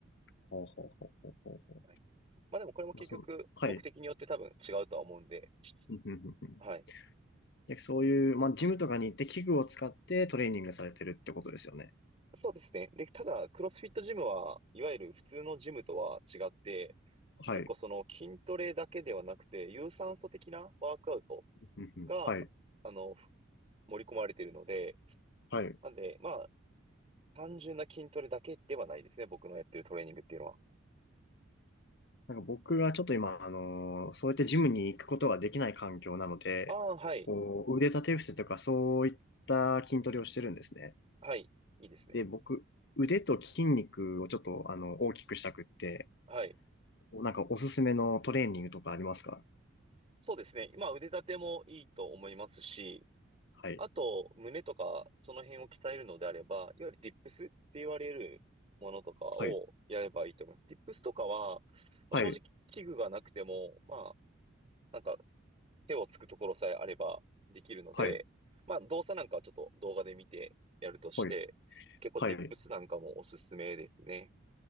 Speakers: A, on the left (about 55°); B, on the right (about 30°).
A: ほうほうほうほうほうほう。
B: はい。まあでもこれも結局、
A: まあ、その、はい。
B: 目的によって多分違うとは思うんで、
A: うんうんうんうん
B: はい。
A: で、そういう、まあ、ジムとかに行って器具を使ってトレーニングされてるってことですよね。
B: そうですね。で、ただ、クロスフィットジムは、いわゆる普通のジムとは違って、
A: はい。
B: 結構その筋トレだけではなくて、有酸素的なワークアウト
A: うんうんはい。
B: が、あの、ふ盛り込まれているので、
A: はい。
B: なんで、まあ、単純な筋トレだけではないですね。僕のやってるトレーニングっていうのは。
A: なんか僕はちょっと今、あのーそうやってジムに行くことができない環境なので、
B: ああ、はい。
A: こう、腕立て伏せとかそういった筋トレをしてるんですね。
B: はい。いいですね。
A: で、僕、腕と筋肉をちょっと、あの、大きくしたくって、
B: はい。
A: なんかおすすめのトレーニングとかありますか
B: そうですね。まあ、腕立てもいいと思いますし、
A: はい。
B: あと、胸とか、その辺を鍛えるのであれば、いわゆるディップスって言われるものとかをやればいいと思います。
A: はい。
B: ディップスとかは、まあ正直器具がなくても、
A: はい。
B: まあ、なんか手をつくところさえあればできるので、
A: はい。
B: まあ動作なんかはちょっと動画で見てやるとして、
A: はい。
B: 結構ディップスなんかもおすすめですね。
A: はい。